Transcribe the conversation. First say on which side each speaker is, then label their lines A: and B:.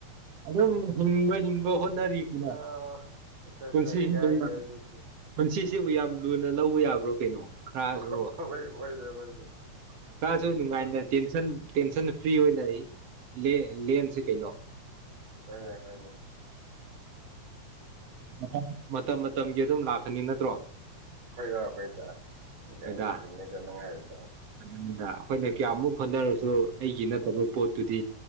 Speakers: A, on the right (about 60°); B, on the right (about 45°).
A: ꯑꯗꯨꯝ ꯍꯤꯡꯕ ꯍꯤꯡꯕ ꯍꯣꯠꯅꯔꯤ ꯀꯅ
B: ꯑ ꯑꯠꯆꯥ
A: ꯄꯨꯟꯁꯤ
B: ꯑꯠꯆꯥ ꯌꯥꯏ
A: ꯍꯤꯡꯕ
B: ꯌꯥꯏ ꯑꯗꯨꯁꯨ
A: ꯄꯨꯟꯁꯤ ꯁꯤꯕꯨ ꯌꯥꯝ ꯂꯨꯅ ꯂꯧꯕ ꯌꯥꯕ꯭ꯔꯣ ꯀꯩꯅꯣ ꯈꯔꯁꯨ
B: ꯍꯣꯏ ꯑꯣꯏꯗ꯭ꯔꯦ ꯑꯣꯏꯗ꯭ꯔꯦ
A: ꯈꯔꯁꯨ
B: ꯑꯁ
A: ꯅꯨꯡꯉꯥꯏꯅ ꯇꯦꯟꯁꯟ ꯐꯅ ꯐ꯭ꯔꯤ ꯑꯣꯏꯅ ꯑꯩ ꯂꯦꯟꯁꯦ ꯀꯩꯅꯣ
B: ꯍꯅꯦ ꯍꯅꯦ
A: <unintelligible> ꯃꯇꯝ ꯃꯇꯝꯒꯤ ꯑꯗꯨꯝ ꯂꯥꯛꯀꯅꯤ ꯅꯠꯇ꯭ꯔꯣ
B: ꯍꯣꯏꯗ ꯍꯣꯏꯗ ꯍꯥꯏ
A: ꯍꯣꯏꯗ
B: ꯆꯨꯝꯃꯤꯗ ꯅꯪ ꯍꯥꯏꯕꯗꯣ
A: ꯑꯗꯨꯅꯤꯗ ꯑꯩꯈꯣꯏꯅ ꯀꯌꯥꯃꯨꯛ ꯍꯣꯠꯅꯔꯁꯨ ꯑꯩꯒꯤ ꯅꯠꯇꯕ ꯄꯣꯠꯇꯨꯗꯤ